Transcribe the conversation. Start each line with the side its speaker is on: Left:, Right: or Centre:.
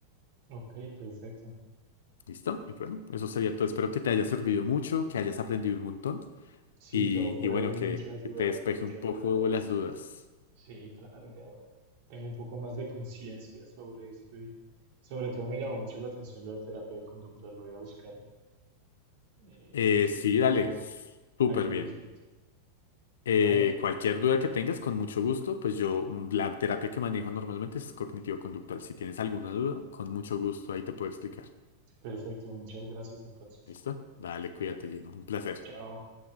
Right: ok, perfecto.
Left: ¿Listo? Y bueno, eso sería todo. Espero que te haya servido mucho, que hayas aprendido un montón
Right: Sí,
Left: y,
Right: todo fue
Left: y bueno,
Right: de mucha
Left: que,
Right: ayuda,
Left: que te despeje
Right: de mucha
Left: un poco
Right: ayuda y
Left: las dudas.
Right: sí, claro, ya tengo un poco más de conciencia sobre esto y sobre todo me llamó mucho la atención lo de terapia conductual. Voy a buscar eh,
Left: Eh,
Right: en el futuro
Left: sí, dale, súper
Right: algo al
Left: bien.
Right: respecto.
Left: Eh,
Right: Vale,
Left: cualquier duda que tengas, con mucho gusto, pues yo, mm, la terapia que manejo normalmente es cognitivo-conductual. Si tienes alguna duda, con mucho gusto ahí te puedo explicar.
Right: perfecto, muchas gracias entonces.
Left: ¿Listo? Dale, cuídate, Gino. Un placer.
Right: Chao.